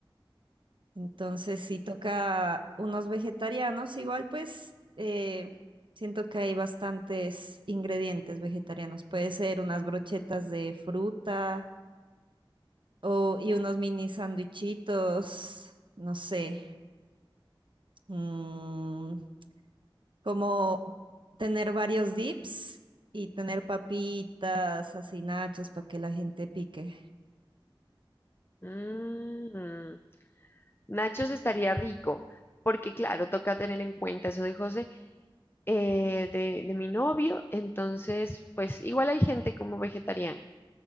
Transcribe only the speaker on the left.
Mm, nachos estaría rico, porque claro, toca tener en cuenta eso de José, eh, de, de mi novio. Entonces, pues igual hay gente como vegetariana,